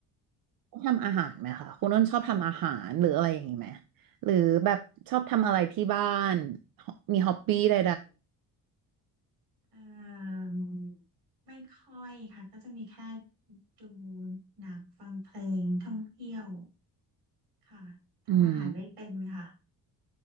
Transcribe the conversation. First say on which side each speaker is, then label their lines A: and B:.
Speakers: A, on the right; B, on the right.
A: ชอบทำอาหารไหมคะคุณน้นชอบทำอาหารหรืออะไรอย่างนี้ไหมหรือแบบชอบทำอะไรที่บ้านมีฮอปปี้ใด
B: เอ่มไม่ค่อยค่ะก็จะมีแค่ดูหนังฟังเพลงท่องเที่ยวค่ะทำอาหารได้เป็นค่ะ
A: ๆอืม